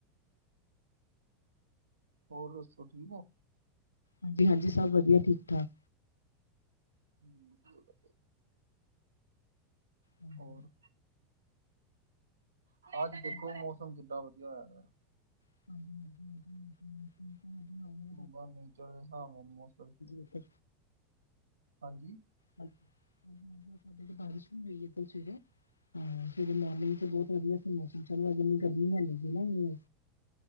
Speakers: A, on the right; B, on the left.
A: ਹੋਰ ਦੱਸੋ ਠੀਕ ਹੋ?
B: ਹਾਂਜੀ ਹਾਂਜੀ ਸਭ ਵਧੀਆ ਠੀਕ ਠਾਕ।
A: <inaudible>
B: ਹਾਂਜੀ
A: ਹੋਰ ਅੱਜ
B: ਹਾਂਜੀ
A: ਦੇਖੋ ਮੌਸਮ ਕਿੱਡਾ ਵਧੀਆ ਹੋਇਆ।
B: ਹਾਂਜੀ-ਹਾਂਜੀ।
A: ਬਸ ਮਿਂਟਾ ਦੇ ਹਿਸਾਬ ਨਾਲ ਮੌਸਮ।
B: ਇੱਥੇ
A: ਹਾਂਜੀ
B: ਹਾਂਜੀ ਹਾਂਜੀ ਸਾਡੇ ਤੇ ਬਾਰਿਸ਼ ਵੀ ਹੋਈ ਏਧਰ ਸਵੇਰੇ। ਹਾਂ ਮੋਰਮਿੰਗ ਚ ਬਹੁਤ ਵਧੀਆ ਸੀ ਮੌਸਮ ਚ ਇਨੀ ਗਰਮੀ ਹੈ ਨਹੀਂ ਸੀ ਨਾ।